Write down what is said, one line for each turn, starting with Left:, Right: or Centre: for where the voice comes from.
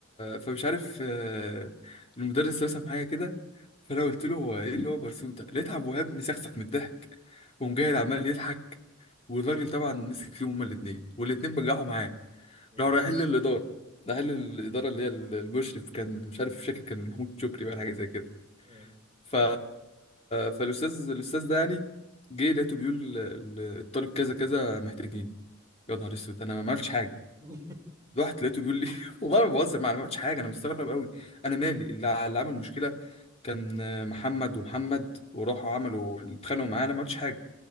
Left: فمش عارف آه، المدرس رسم حاجه كده فانا قلت له هو ايه اللي هو مرسوم ده لقيت عبد الوهاب مسخسخ من الضحك ومجاهد عمال يضحك والراجل طبعا مسك فيهم هما الاثنين والاثنين بجحوا معاه
Right: مم.
Left: لو رايحين للإدارة رايحين للإدارة اللي هي المشرف كان مش عارف فاكر كان محمود شكري بقى حاجة زي كده
Right: مم.
Left: ف... فالأستاذ الأستاذ ده يعني جه لقيته بيقول ال- ال- الطالب كذا كذا محتاجين يا نهار اسود انا ما عملتش حاجه
Right: <laughs>
Left: رحت لقيته بيقول لي <laughs> والله ما بهزر معاه، انا ما عملتش حاجه انا مستغرب قوي انا مالي اللي ع- اللي عمل مشكله كان محمد ومحمد وراحوا عملوا اتخانقوا معاه انا ما عملتش حاجه